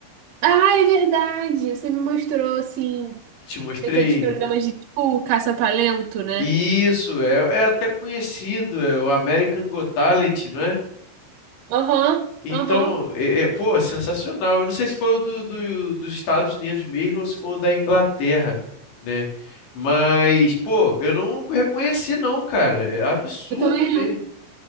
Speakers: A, on the right; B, on the left.
A: ah, é verdade. Você me mostrou assim,
B: que te mostrei.
A: daqueles programas de tipo caça-talento, né?
B: Isso, é, é até conhecido, é o American Got Talent, não é?
A: Aham,
B: Então,
A: aham.
B: é, é- pô, sensacional. Eu não sei se foi o do, do- dos Estados Unidos mesmo ou se foi o da Inglaterra, né? Mas, pô, eu não reconheci, não, cara. É absurdo
A: Eu também
B: mesmo.
A: não.